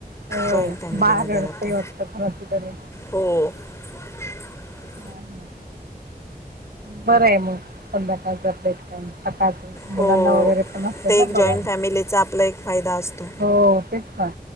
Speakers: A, on the right (about 75°); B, on the left (about 15°).
A: होय
B: जॉईंट फॅमिलीमध्ये
A: बाळ रडतंय
B: राहता
A: वाटतं कोणाचं तरी
B: हो <unintelligible>
A: हा हा बरं आहे मग संद्या सकाळ
B: हो
A: मुलांना वगैरे पण असेल
B: ते
A: ना
B: एक जॉईंट
A: बघा
B: फॅमिलीचा आपला एक फायदा असतो
A: हो तेच काण